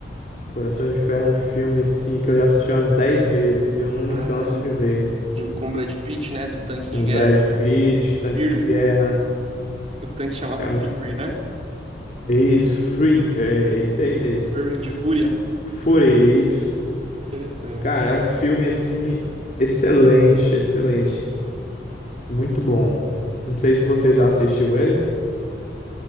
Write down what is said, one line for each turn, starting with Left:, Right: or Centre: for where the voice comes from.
Left: Coração de Ferro é um filme, sim,
Right: É.
Left: que eu já assisti umas 10 vezes e eu não me
Right: Ah,
Left: canso de ver.
Right: de, com o Brad Pitt, né? Do tanque
Left: Com
Right: de guerra.
Left: Brad Pitt, Tanque
Right: Fury.
Left: de Guerra.
Right: O tanque chamava
Left: É
Right: Fury,
Left: um.
Right: né?
Left: é Isso, Free, é é isso aí mesmo.
Right: Fury de fúria.
Left: Fury, isso.
Right: Interessante.
Left: Cara, é um filme, assim, excelente, excelente. Muito bom. Não sei se você já assistiu ele.